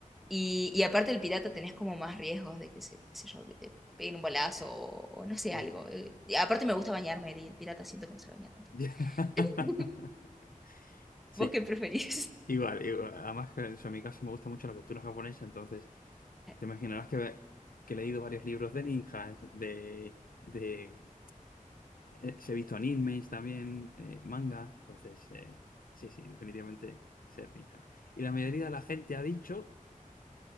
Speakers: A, in the centre; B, on the left.
A: Y, y aparte el pirata tenés como más riesgos de que se, qué sé yo, que te peguen un balazo o, o no sé, algo.
B: Va,
A: Eh,
B: sí.
A: y aparte me gusta bañarme y el pirata siento que no se baña tanto.
B: <laughs>
A: <laughs>
B: Sí.
A: ¿Vos qué preferís?
B: Igual, igual. Además, que, o sea, en mi caso me gusta mucho la cultura japonesa, entonces
A: <laughs>
B: te imaginarás que, que he leído varios libros de ninjas, de, de eh, he visto animes también, eh, mangas, entonces eh, sí, sí, definitivamente ser ninja. Y la mayoría de la gente ha dicho,